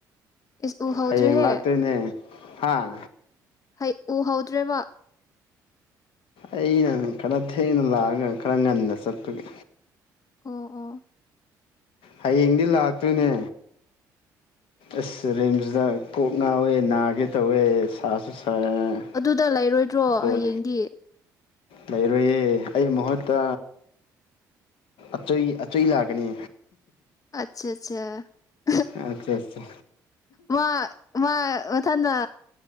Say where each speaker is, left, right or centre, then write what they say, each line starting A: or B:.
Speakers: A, on the left; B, on the left.
A: ꯏꯁ ꯎꯍꯧꯗ꯭ꯔꯦꯍꯦ
B: ꯍꯌꯦꯡ ꯂꯥꯛꯇꯣꯏꯅꯦ꯫ ꯍꯥꯥ꯫
A: ꯍꯩ ꯎꯍꯧꯗ꯭ꯔꯦꯕ꯫
B: ꯑꯩꯅ ꯈꯔ ꯊꯦꯡꯅ ꯂꯥꯛꯑꯒ ꯈꯔ ꯉꯟꯅ ꯆꯠꯄꯒꯤ꯫
A: ꯑꯣ ꯑꫭ꯫
B: ꯍꯌꯦꯡꯗꯤ ꯂꯥꯛꯇꯣꯏꯅꯦ ꯑꯁ ꯔꯤꯝꯁꯇ ꯀꯣꯛ ꯉꯥꯎꯋꯦ ꯅꯥꯒꯦ ꯇꯧꯋꯦ ꯁꯥꯁꯨ꯫ ꯁꯥꯏ
A: ꯑꯗꯨꯗ ꯂꯩꯔꫭꯏꯗꯔꯣ
B: ꯕꯣꯜ
A: ꯍꯌꯦꯡꯗꯤ꯫
B: ꯂꯩꯔꯣꯏꯌꯦ ꯑꯩ ꯃꯍꯨꯠꯇ ꯑꯆꯨꯏ ꯑꯆꯨꯏ ꯂꯥꯛꯀꯅꯤ꯫
A: <unintelligible>
B: ꯑꯆꯥ ꯆꯥ
A: ꯃꯥ ꯃꯥ ꯃꯊꯟꯗ